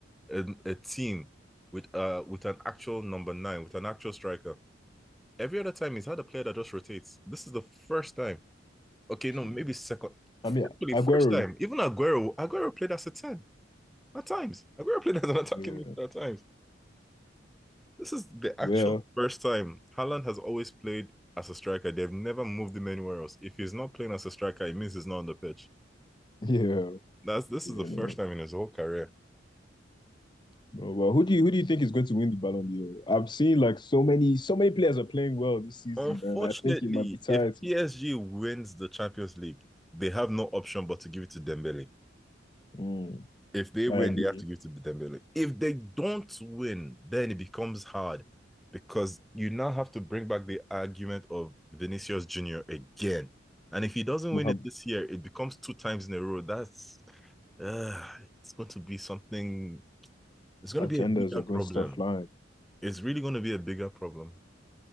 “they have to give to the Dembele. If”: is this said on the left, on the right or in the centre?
Centre